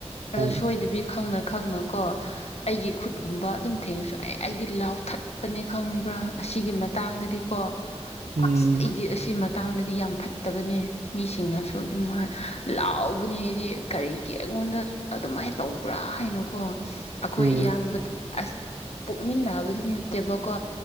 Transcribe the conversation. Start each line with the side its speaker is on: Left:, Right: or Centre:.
Left: ꯑꯗꯨ
Right: ꯍꯣꯏ
Left: ꯁꯣꯏꯗꯕꯤ ꯈꯪꯅ ꯈꯪꯅꯀꯣ ꯑꯩꯒꯤ ꯈꯨꯠꯒꯨꯝꯕ ꯑꯗꯨꯝ ꯊꯦꯡꯉꯁꯨ ꯑꯩ ꯑꯩꯗꯤ ꯂꯥꯎꯊꯠ ꯄꯅꯦ ꯈꯪꯕ꯭ꯔꯥ ꯑꯁꯤꯒꯤ ꯃꯇꯥꯡꯗꯗꯤ ꯀꯣ
Right: ꯎꯝ
Left: ꯑꯥꯠꯁ ꯑꯩꯗꯤ ꯑꯁꯤ ꯃꯇꯥꯡꯗꯗꯤ ꯌꯥꯝ ꯐꯠꯇꯕꯅꯦ ꯃꯤꯁꯤꯡꯅꯁꯨ ꯑꯗꯨꯝ ꯂꯥꯎꯕꯅꯦ ꯑꯩꯗꯤ ꯀꯔꯤꯒꯤ ꯑꯩꯉꯣꯟꯗ ꯑꯗꯨꯃꯥꯏꯅ ꯇꯧꯕ꯭ꯔꯥ ꯍꯥꯏꯅꯀꯣ ꯑꯩꯈꯣꯏ
Right: ꯎꯝ
Left: ꯏꯌꯥꯝꯕꯗ ꯑꯁ ꯄꯣꯛꯃꯤꯟꯅꯕꯗꯤ ꯅꯠꯇꯦꯕꯀꯣ